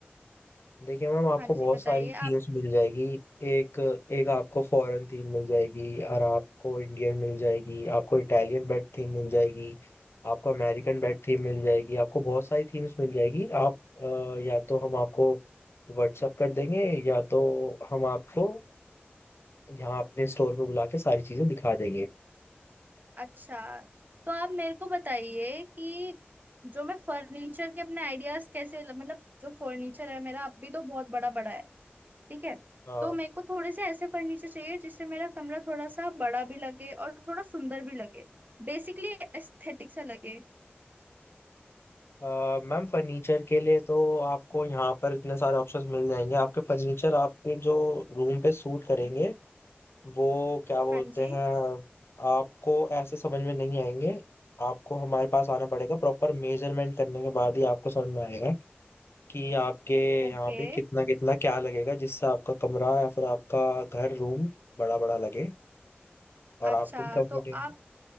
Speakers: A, on the left; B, on the right.
A: देखिए मैम आपको
B: हाँ जी
A: बहुत
B: बताइए
A: सारी थीम्स
B: आप
A: मिल जाएगी एक एक आपको फॉरेन थीम मिल जाएगी और आपको इंडियन मिल जाएगी आपको इटालियन बेड थीम मिल जाएगी आपको अमेरिकन बेड थीम मिल जाएगी आपको बहुत सारी थीम्स मिल जाएगी आप अ, या तो हम आपको व्हाट्सअप कर देंगे या तो हम आपको यहाँ अपने स्टोर पे बुला के सारी चीजें दिखा देंगे
B: अच्छा तो आप मेरे को बताइए कि जो मैं फर्नीचर के अपने आइडियाज कैसे मतलब जो फर्नीचर है मेरा अब भी तो बहुत बड़ा बड़ा है ठीक है
A: हाँ
B: तो मेरे को थोड़े से ऐसे फर्नीचर चाहिए जिससे मेरा कमरा थोड़ा सा बड़ा भी लगे और थोड़ा सुंदर भी लगे बेसिकली एस्थेटिक सा लगे
A: अ, मैम फर्नीचर के लिए तो आपको यहाँ पर इतने सारे ऑप्शंस मिल जाएंगे आपके फर्नीचर आपके जो रूम पे सूट करेंगे वो क्या बोलते
B: हाँ जी
A: हैं आपको ऐसे समझ में नहीं आएंगे आपको हमारे पास आना पड़ेगा प्रॉपर मेजरमेंट करने के बाद ही आपको समझ में आएगा कि आपके
B: ओके
A: यहाँ पे कितना कितना क्या लगेगा जिससे आपका कमरा या फिर आपका घर रूम बड़ा बड़ा लगे
B: अच्छा
A: और आपको भी कंफर्टेबल
B: तो आप